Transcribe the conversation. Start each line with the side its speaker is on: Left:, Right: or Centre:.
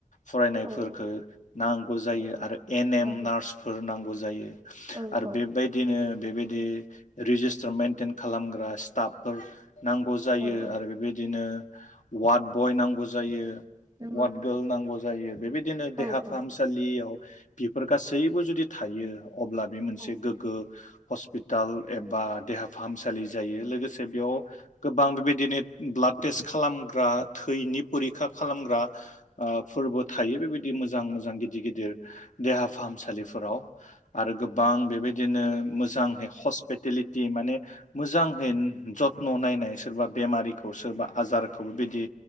Left: फरायनायफोरखो
Right: औ औ
Left: नांगौ जायो
Right: औ
Left: आरो एन एम
Right: नंगौ
Left: नार्स फोर नांगौ जायो
Right: औ औ
Left: आरो बेबायदियैनो बेबाय दि रेजिस्टार मेन्टेन खालामग्रा स्टाफफोर नांगौ जायो
Right: औ औ
Left: आरो बेबायदियैनो वार्ड बय नां गौ जायो।
Right: नंगौ
Left: वाद
Right: नोंथां
Left: गोल नांगौ जायो बेबायदिनो
Right: औ
Left: देहा
Right: औ
Left: फाहामसालियाव
Right: औ
Left: बेफोर गासैबो जुद दि थायो अब्ला बे मोनसे
Right: औ औ औ
Left: गोग्गो
Right: औ
Left: हस्पिटाल एबा
Right: औ
Left: देहा फाहामसालि जायो लोगोसे बेयाव गोबां बेबायदिनो ब्लाड टेस्ट खालामग्रा थैनि फरिखा खालामग्रा ओ फोरबो थायो बेबायदि मो जां मोजां गिदिर गिदिर देहा फाहामसालिफो राव आरो गोबां बेबायदिनो मो जांहै हस्पिटेलिटि माने मोजांहै जथन' नायनाय <unintelligible> बेमारिखौ सोरबा आजारखौबो बिदि